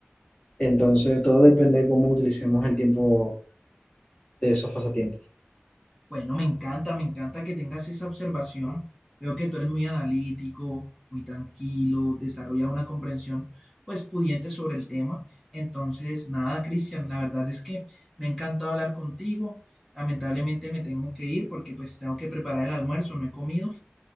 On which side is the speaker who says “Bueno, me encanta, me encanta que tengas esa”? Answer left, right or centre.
Centre